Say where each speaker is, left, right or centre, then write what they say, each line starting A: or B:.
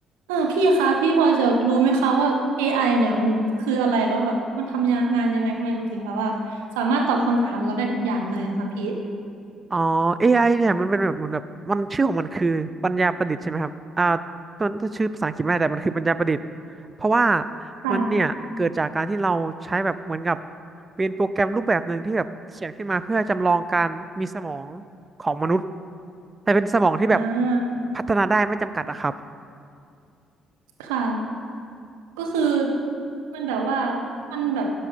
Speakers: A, on the right; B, on the right.
A: เออพี่คะพี่พอจะรู้ไหมคะว่า AI เนี่ยมันคืออะไรแล้วแบบมันทำงงานยังไงทำไมมันถึงแบบว่าสามารถตอบคำถามเราได้ทุกอย่างเลยอะค่ะพี่
B: อ๋อ AI เนี่ยมันเป็นแบบเหมือนแบบมันชื่อของมันคือปัญญาประดิษฐ์ใช่ไหมครับอ่าต้นต้นชื่อภาษาอังกฤษไม่ได้แต่มันคือปัญญาประดิษฐ์เพราะว่า
A: ค่ะ
B: มันเนี่ยเกิดจากการที่เราใช้แบบเหมือนกับเป็นโปรแกรมรูปแบบหนึ่งที่แบบเขียนขึ้นมาเพื่อจำลองการมีสมองของมนุษย์แต่เป็นสมองที่แบบ
A: อ่า
B: พัฒนาได้ไม่จำกัดอะครับ
A: ค่ะก็คือมันแบบว่ามันแบบ